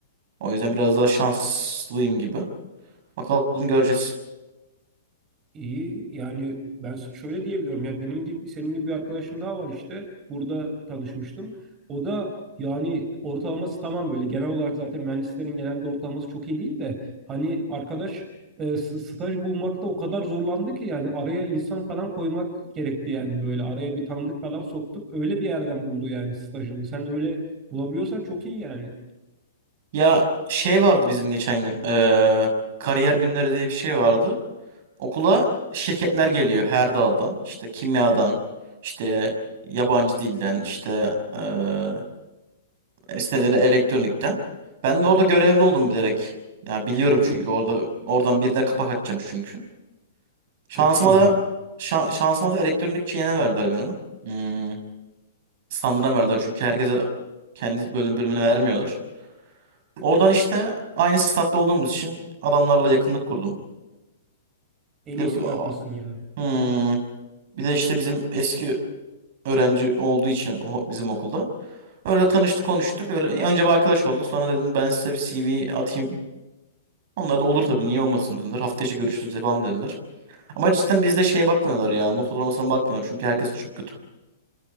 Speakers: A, on the right; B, on the right.
A: O yüzden biraz daha şanslıyım gibi. Bakalım göreceğiz.
B: İyi yani ben şöyle diyebiliyorum ya benim gibi senin gibi bir arkadaşım daha var işte burada tanışmıştım. O da yani ortalaması tamam böyle genel olarak zaten mühendislerin genelde ortalaması çok iyi değil de hani arkadaş e, s- staj bulmakta o kadar zorlandı ki yani araya insan falan koymak gerekti yani böyle araya bir tanıdık falan soktuk öyle bir yerden buldu yani stajını. Sen öyle Bulabiliyorsan çok iyi yani.
A: Ya şey vardı bizim geçen gün. eee, kariyer günleri diye bir şey vardı. Okula şirketler geliyor her daldan. İşte kimyadan, işte yabancı dilden, işte eee işte de elektronikten. Ben de orada görevli oldum bilerek. Ya biliyorum
B: Çok
A: çünkü
B: iyi.
A: orada oradan birine kapak atacağım çünkü. Şansıma
B: Çok iyi ya.
A: da şa- şansıma da elektronik şeyine verdiler beni. Hmm, standına verdiler çünkü herkese kendi bölüm bölümünü vermiyorlar. Oradan işte aynı statta olduğumuz için adamlarla yakınlık kurdum.
B: En
A: Bir
B: iyisini
A: de, bir
B: yapmışsın ya.
A: Hmm. Bir de işte bizim eski öğrenci olduğu için o- bizim okulda. Öyle tanıştık konuştuk. Öyle önce bir arkadaş olduk. Sonra dedim ben size bir CV atayım. Onlar da olur tabii niye olmasın dediler. Hafta içi görüşürüz falan dediler. Ama cidden bizde şeye bakmıyorlar ya. Not ortalamasına bakmıyorlar. Çünkü herkesin çok kötü.